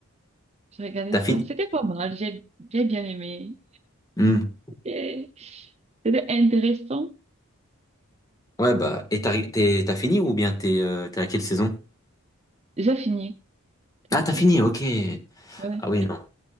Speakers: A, on the right (about 30°); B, on the left (about 15°).
A: J'ai regardé
B: T'as
A: ça.
B: fini?
A: C'était pas mal. J'ai j'ai bien aimé.
B: Hmm.
A: Et C'était intéressant.
B: Ouais, bah, et t'as, re- t'es- t'as fini ou bien t'es, euh, t'es à quelle saison?
A: J'ai fini. Donc,
B: Ah, t'as fini,
A: euh,
B: ok.
A: ouais,
B: Ah oui, non.